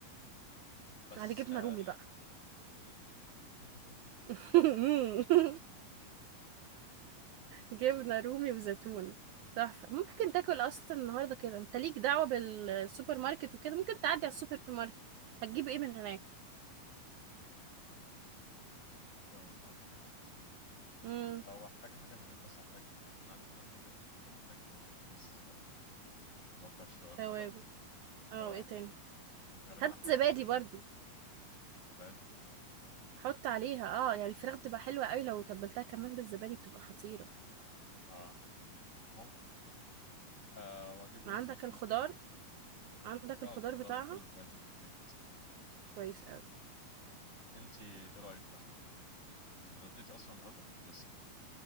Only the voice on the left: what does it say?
بس
آه،
مم. <laughs>
سوبر ماركت
لو احتاج حاجه من هناك بس هحتاج انا عندي فراخ في البيت ممكن احتاج كيس آه، اللي هو بتاع الشاورما
ده
آه،
وغالبا
هحتاج
برضه
رز زبادي
اه ممكن آه واجيب رز
بسمتي
اه
الخضار
وكل الحاجات دي في البيت
انت ايه رايك لو انت اتغديتي اصلا النهارده ولا لسه